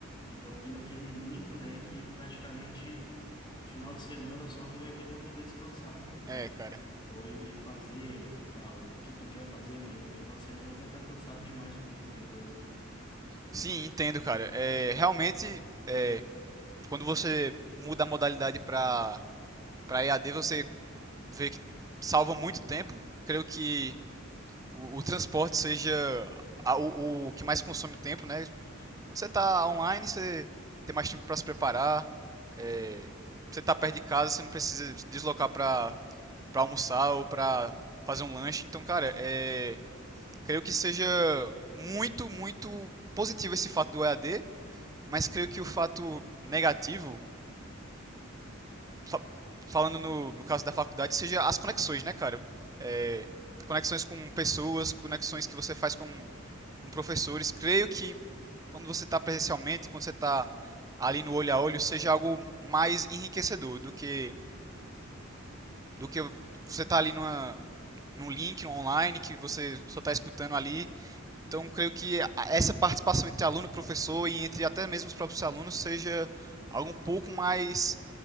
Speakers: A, on the left; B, on the right.
A: Então vira aquele limbo, né, que praticamente final de semana só tu vai ter para poder descansar, né?
B: é, cara.
A: Ou e e fazer ah, o que tu quer fazer, mas no final de semana tu vai estar cansado demais para fazer qualquer coisa.
B: Sim, entendo, cara. É, realmente, é, quando você muda a modalidade para para E a EAD, você vê que salva muito tempo. Creio que o, o transporte seja a- o, o que mais consome tempo, né? Quando você está online, você tem mais tempo para se preparar. é, você está perto de casa, você não precisa se deslocar para para almoçar ou para fazer um lanche. Então, cara, é, creio que seja muito, muito positivo esse fato do EAD, mas creio que o fato negativo, fa- falando no, no caso da faculdade, seja as conexões, né, cara? É, conexões com pessoas, conexões que você faz com com professores. Creio que quando você está presencialmente, quando você está ali no olho a olho, seja algo mais enriquecedor do que do que você está ali numa, num link online que você só está escutando ali. Então, creio que essa participação entre aluno e professor e entre até mesmo os próprios alunos seja algo um pouco mais.